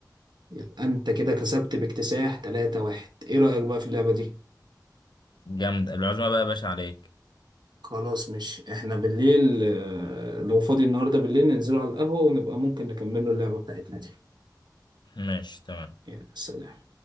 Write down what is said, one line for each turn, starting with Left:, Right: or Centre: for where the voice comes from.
Right: يبقى انت كده كسبت باكتساح 3 واحد ايه رأيك بقى في اللعبة دي
Left: جامد العزمة بقى يا باشا عليك
Right: خلاص مش احنا بالليل آه، لو فاضي النهارده بالليل ننزلوا على القهوة ونبقى ممكن نكملوا اللعبة بتاعتنا دي
Left: ماشي تمام
Right: يلا سلام